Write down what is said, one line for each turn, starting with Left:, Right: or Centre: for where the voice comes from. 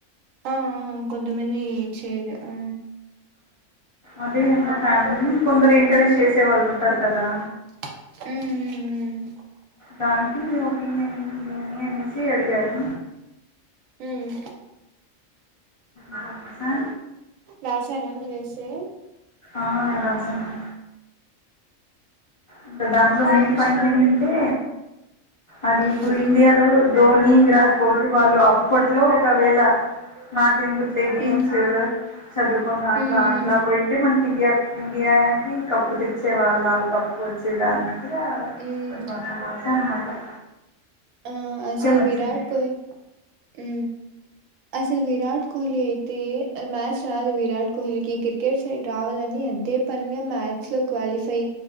Right: ఆ కొంతమంది. చేద్ ఆ
Left: అదే అంట ఫ్యామిలీని కొందరు ఎంకరేజ్ చేసే వాళ్ళు ఉంటారు కదా.
Right: హ్మ్ ఉమ్ ఉమ్
Left: దానికి మీ ఒపీనియన్ నని అనేసి అడిగారు.
Right: ఉమ్
Left: రాసా
Right: రాసారా మీరు ఎస్ ఏ
Left: ఆ రాసాను. ఇంకా దాంట్లో
Right: మళ్ళా
Left: మెయిన్
Right: వచ్చి
Left: పాయింట్ ఏంటంటే. అది
Right: మ్మ్
Left: ఇప్పుడు ఇండియాలో ధోని విరాట్ కోహ్లీ వాళ్ళు అప్పట్లో, ఒకవేళ నాకెందుకు. ఈ గేమ్స్
Right: మ్మ్
Left: చదువుకుని అట్లా
Right: మ్మ్
Left: అట్లా పోయింటె మనకి ఇండియా ఇండియాకి కప్పు తెచ్చేవాళ్ళ కప్పు వచ్చేదాన్ని హా
Right: మ్మ్
Left: కొంచెం రాసాను అన్నమాట.
Right: ఆ అసలు
Left: వచ్చింది
Right: విరాట్ కోహ్ ఉ అసలు విరాట్ కో లి అయితే మ్యాస్ రాదు విరాట్ కోహ్లీకి క్రికెట్ సైడ్ రావాలని అదే పనిగా మ్యాచ్స్ లో క్వాలిఫై